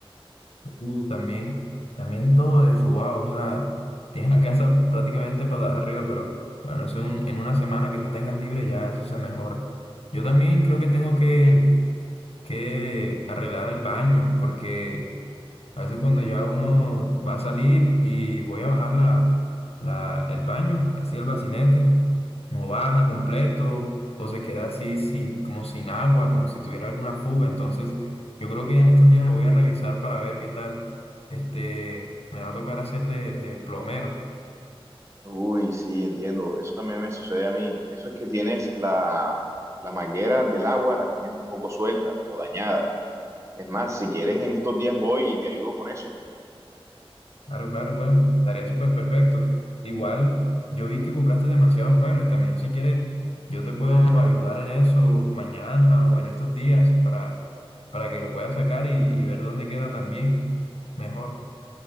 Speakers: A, on the left (about 90°); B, on the right (about 30°).
A: Uh, también, también todo eso, wow, o sea, tienes la casa prácticamente patas arriba, pero bueno, eso en, en una semana que tú tengas libre ya eso se mejora. Yo también creo que tengo que, que arreglar el baño, porque A veces cuando ya uno va a salir y voy a bajar la, la- el baño, así el bacinete, no baja completo o se queda así, sí, como sin agua, como si tuviera alguna fuga. Entonces, yo creo que en estos días lo voy a revisar para ver qué tal. Este, me va a tocar hacer de, de plomero.
B: Uy, sí, entiendo. Eso también me sucede a mí. Eso es que tienes la, la manguera del agua, la tienes un poco suelta o dañada. Es más, si quieres, en estos días voy y te ayudo con eso.
A: Claro, claro, bueno, estaría súper perfecto. Igual, yo vi que compraste demasiados muebles también. Si quieres, yo te puedo ayudar en eso mañana o en estos días para, para que lo puedas sacar y, y ver dónde queda también. Mejor.